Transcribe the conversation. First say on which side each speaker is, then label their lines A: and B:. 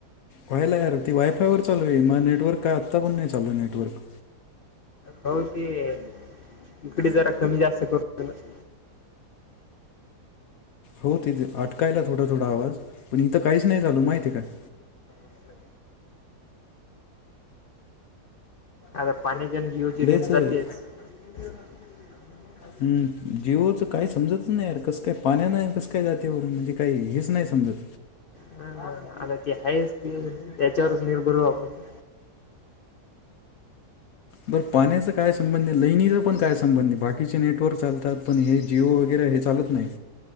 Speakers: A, on the left; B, on the left.
A: व्हायला यार ती वायफायवर चालू आहे मला नेटवर्क काय आत्ता पण नाही चालू आहे नेटवर्क.
B: होऊ ते इकडे जरा कमी जास्त करूला. <inaudible>
A: हो तिथे अटकायला थोडा थोडा आवाज पण इथं काहीच नाही चालू माहिती आहे काय.
B: असले. आता पाण्याच्यान जीओची रेंज
A: लयच
B: जातेच. <inaudible>
A: हम् जीवच काही समजत नाही यार कसं काय पाण्या नाही कसं काय जाते म्हणजे काही हेच नाही समजत.
B: हा आता ती आहेच की त्याच्यावरच निर्भर हो आप आपण.
A: बर पाण्याचा काय संबंध आहे लैणीचा पण काय संबंध आहे बाकीचे नेटवर्क चालतात पण हे जिओ वगैरे, हे चालत नाही.